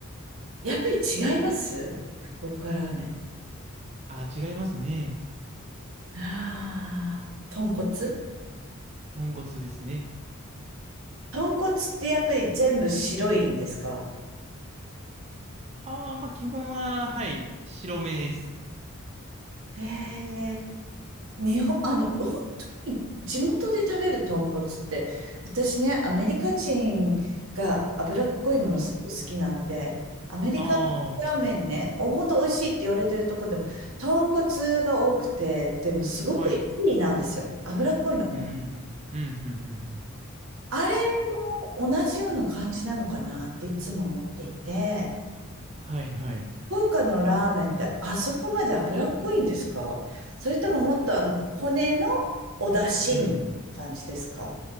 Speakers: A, on the right; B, on the right.
A: やっぱり違います福岡ラーメン。
B: あ、違いますね。
A: ああ、豚骨
B: 豚骨ですね。
A: 豚骨ってやっぱり全部白いんですか
B: ああ、まあ基本は、はい、白目です。
A: へえ、日本、あの、本当に地元で食べる豚骨って、私ね、アメリカ人が脂っこいものすごい好きなので、
B: はい。
A: アメリカラーメンね、
B: あ
A: お、本当美味しいって言われてるとこでも、豚骨が多くて、でもすごくヘビーなんですよ。
B: あ、はい。
A: 脂っこいの。
B: うん、うん、うん、うん。うん
A: あれも同じような感じなのかなっていつも思っていて、
B: はい、はい。
A: 福岡のラーメンってあそこまで脂っこいんですかそれとももっとあの骨のお出汁みたいな感じですか
B: うん、